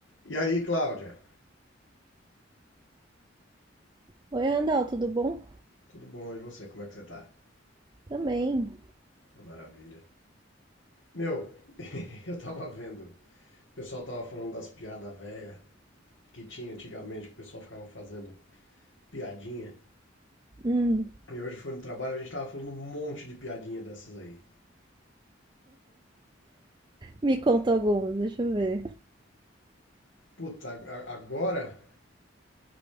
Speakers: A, on the left; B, on the right.
A: E aí, Cláudia?
B: Oi, Randall, tudo bom?
A: Tudo bom? E você? Como é que você tá?
B: Também.
A: É maravilha. Meu, <laughs> eu tava vendo. O pessoal tava falando das piadas velhas que tinha antigamente, que o pessoal ficava fazendo piadinha.
B: Hum,
A: E hoje foi no trabalho, a gente tava falando um monte de piadinha dessas aí.
B: me conta algumas, deixa eu ver.
A: Puta, a- agora?